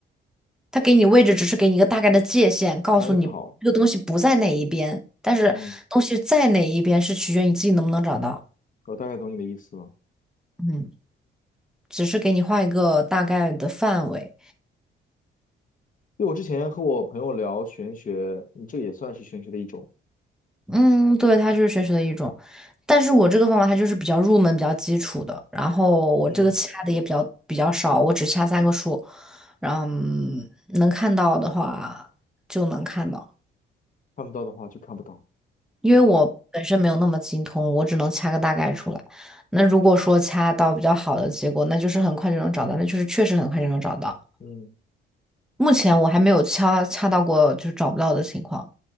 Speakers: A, in the centre; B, on the left.
A: 他给你位置，只是给你一个大概的界限，告诉你这个东西不在哪一边，
B: <clears throat> 参考。
A: 但是东西在哪一边是取决于你自己能不能找到。
B: 嗯，我大概懂你的意思了。
A: 嗯，只是给你画一个大概的范围。
B: 因为我之前和我朋友聊玄学，嗯这也算是玄学的一种。
A: 嗯，对，它就是玄学的一种，但是我这个方法它就是比较入门、比较基础的，然后我这个掐的也比较比较少，
B: 嗯，
A: 我只掐三个数，然后嗯能看到的话就能看到，
B: 看不到的话就看不到，
A: 因为我本身没有那么精通，
B: 正常吗？
A: 我只能掐个大概出来。那如果说掐到比较好的结果，那就是很快就能找到，那就是确实很快就能找到。
B: 嗯，
A: 目前我还没有掐掐到过就是找不到的情况，